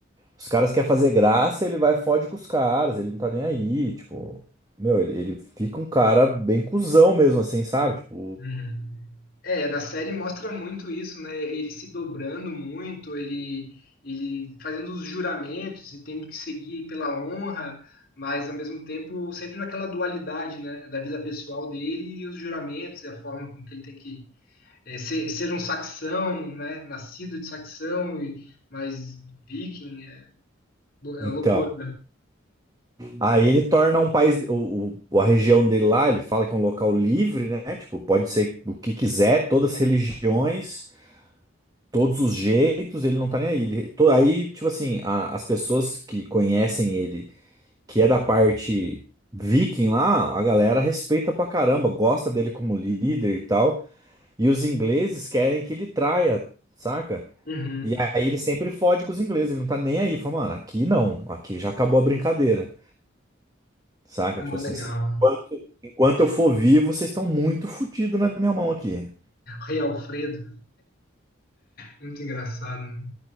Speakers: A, on the right; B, on the left.
A: Os caras querem fazer graça, ele vai e fode com os caras, ele não tá nem aí, tipo. Meu, ele, ele fica um cara bem cuzão mesmo, assim, sabe? Tipo.
B: Uhum. É, na série mostra muito isso, né? Ele se dobrando muito, ele, ele fazendo os juramentos e tendo que seguir pela honra, mas ao mesmo tempo sempre naquela dualidade, né? Da vida pessoal dele e os juramentos e a forma com que ele tem que é, ser, ser um saxão, né? Nascido de saxão, e, mas viking, é, lou- é
A: Então.
B: loucura.
A: Aí ele torna um país. O, o- a região dele lá, ele fala que é um local livre, né? Tipo, pode ser o que quiser, todas as religiões. todos os jeitos, ele não tá nem aí. Ele, to- aí, tipo assim, a- as pessoas que conhecem ele, que é da parte viking lá, a galera respeita pra caramba, gosta dele como líder e tal. E os ingleses querem que ele traia, saca?
B: Uhum.
A: E aí ele sempre fode com os ingleses, ele não tá nem aí. Fala, mano, aqui não, aqui já acabou a brincadeira, saca?
B: Ah,
A: Tipo assim,
B: legal.
A: se- enquanto, enquanto eu for vivo, vocês estão muito fodidos na minha mão aqui.
B: Rei Alfredo, muito engraçado. né?